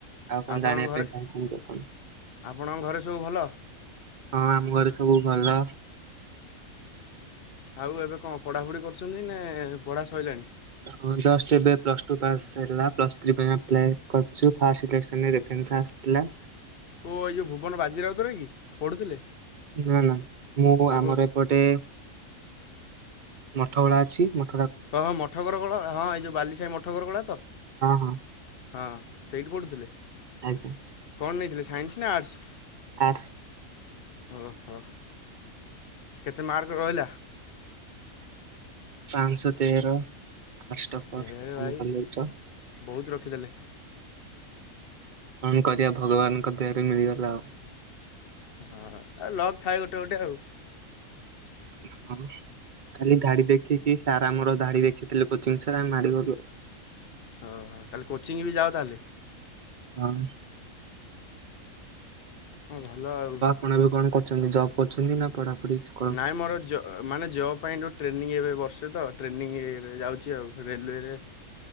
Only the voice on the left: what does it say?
ଆପଣଙ୍କ
ଘରେ
ଆପଣଙ୍କ ଘରେ ସବୁ ଭଲ
ଆଉ ଏବେ କଣ ପଢ଼ାପଢ଼ି କରୁଛନ୍ତି ନା ପଢ଼ା ସଇଲାଣି?
ଓ ଏଇ ଯୋଉ ଭୁବନ ବାଜିରାଉତର କି? ପଢ଼ୁଥିଲେ
ଆଉ
କେଉଁଠି
ହଁ ହଁ ମଠ ଘର ଗୋଳା ହଁ ଏଇ ଯୋଉ ବାଲି ସାହି ମଠ ଘର ଗୋଳା ତ?
ହଁ ସେଇଠି ପଢ଼ୁଥିଲେ?
କଣ ନେଇଥିଲେ ସାଇନ୍ସ ନା ଆର୍ଟସ୍?
ଓହୋ କେତେ ମାର୍କ ରହିଲା?
ଢେରେ ଭାଇ
ବହୁତ ରଖିଦେଲେ
ହଁ, ଲକ୍ ଥାଏ ଗୋଟେ ଗୋଟେ ଆଉ।
ଓହୋ ତାହାଲେ କୋଚିଂ ବି ଯାଅ ତାହେଲେ
ହଁ ଭଲ ଆଉ।
ନାଇ ମୋର ଜ ଅ ମାନେ ଜବ ପାଇଁ ଯୋଉ ଟ୍ରେନିଂ ଏବେ ବର୍ଷେ ତ ଟ୍ରେନିଂ ଇଏ ରେ ଯାଉଚି ଆଉ ରେଲୱେରେ।